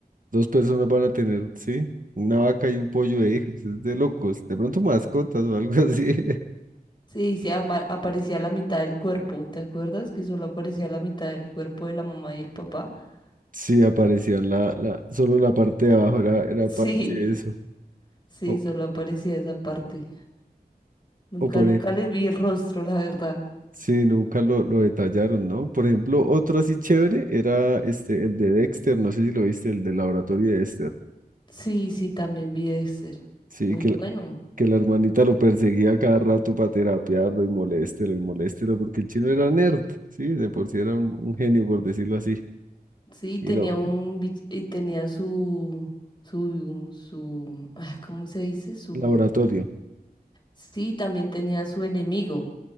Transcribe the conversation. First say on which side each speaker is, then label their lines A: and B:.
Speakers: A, on the right; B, on the left.
A: dos personas van a tener, sí, una vaca y un pollo de hijos? Es de locos. De pronto mascotas o algo así. <laughs>
B: sí, se ama- aparecía la mitad del cuerpo, ¿te acuerdas? Que solo aparecía la mitad del cuerpo de la mamá y el papá. <laughs>
A: Sí, aparecían la, la, solo la parte de abajo, era, era
B: Sí,
A: parte de eso.
B: sí,
A: O,
B: solo aparecía esa parte. Nunca,
A: o por
B: nunca
A: ejemplo,
B: les vi el rostro, la verdad.
A: sí, nunca lo, lo detallaron, ¿no? Por ejemplo, otro así chévere era este, el de Dexter, no sé si lo viste, el de laboratorio de Dexter.
B: Sí, sí, también vi Dexter.
A: Sí,
B: Muy
A: que
B: bueno.
A: que la hermanita lo perseguía cada rato para terapiarlo y moléstelo y moléstelo, porque el chino era nerd, ¿sí? De por sí era un, un genio, por decirlo así.
B: Sí, tenía
A: Y lo,
B: un vill- y tenía su su su ah, ¿cómo se dice? Su
A: laboratorio.
B: sí, también tenía su enemigo,